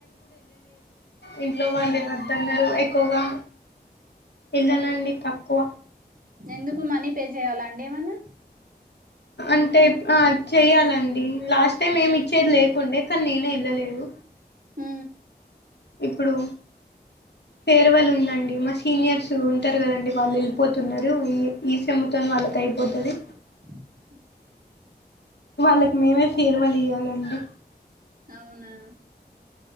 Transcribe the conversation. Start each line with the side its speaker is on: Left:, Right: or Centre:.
Left: ఇంట్లో వాళ్ళు
Right: మ్మ్.
Left: వద్దన్నారు ఎక్కువగా ఇలానండి తక్కువ
Right: ఎందుకు మనీ పే చేయాలాండి ఏమన్నా
Left: అంటే చెయ్యాలండి లాస్ట్ టైం ఏమి ఇచ్చేది లేకుండే కానీ నేనే వెళ్ళలేదు
Right: హు
Left: ఇప్పుడు ఫేర్వల్ ఉందండి మా సీనియర్స్ ఉంటారు కదండి వాళ్ళు వెళ్ళిపోతున్నారు ఈ ఈ సముతో వాళ్ళకి అయిపోతుది
Right: హ
Left: వాళ్ళకు మేమే ఫేర్ వళ ఇయ్యాలండి
Right: అవునా